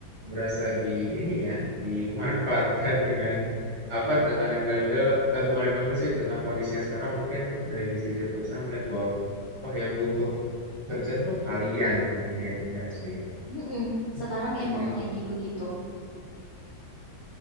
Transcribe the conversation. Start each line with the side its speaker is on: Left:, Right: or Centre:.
Right: Berasa di ini ya, dimanfaatkan <laughs> dengan apa dengan embel-embel, eh, bukan embel-embel sih, dengan kondisi yang sekarang mungkin dari sisi perusahaan melihat bahwa oh yang butuh kerjaan tuh kalian ya enggak sih.
Left: Mm-mm. Sekarang
Right: Jadi
Left: emang lagi begitu.